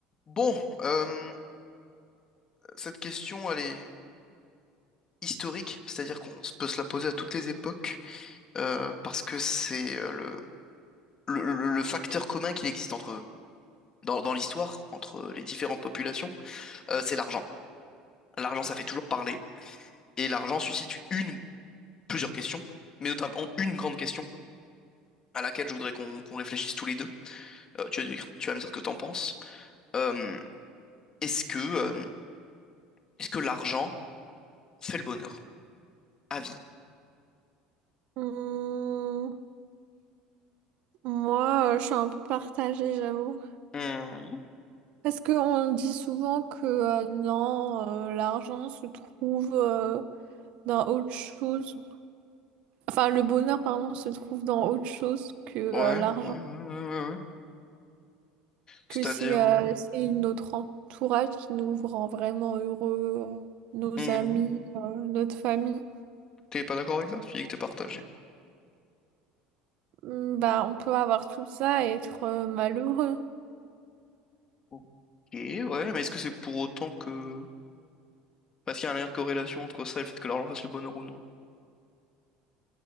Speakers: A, on the left (about 30°); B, on the right (about 60°).
A: Bon, euh, cette question, elle est historique, c'est-à-dire qu'on s- peut se la poser à toutes les époques, euh, parce que c'est euh, le, le, le- le facteur commun qu'il existe entre, dans, dans l'histoire, entre les différentes populations, euh, c'est l'argent. L'argent, ça fait toujours parler, et l'argent suscite une, plusieurs questions, mais notamment une grande question à laquelle je voudrais qu'on qu'on réfléchisse tous les deux. Euh, tu vas dire- tu vas me dire ce que t'en penses. Euh, est-ce que, euh, est-ce que l'argent fait le bonheur? À vie.
B: Hum, moi, euh, je suis un peu partagée, j'avoue.
A: Hmm.
B: Parce qu'on dit souvent que euh, non, euh, l'argent se trouve euh, dans autre chose. Enfin, le bonheur, pardon, se trouve dans autre chose que euh,
A: Ouais,
B: l'argent.
A: ouais, ouais, ouais, ouais. C'est-à-dire...
B: Que c'est euh,
A: euh,
B: c'est notre entourage qui nous rend vraiment heureux, euh, nos
A: mhm.
B: amis, euh, notre famille.
A: T'es pas d'accord avec ça? Tu dis que t'es partagé.
B: Hum, Bah, on peut avoir tout ça et être euh, malheureux.
A: Ok, ouais, mais est-ce que c'est pour autant que... Parce qu'il y a un lien de corrélation entre ça et le fait que l'argent fasse le bonheur ou non?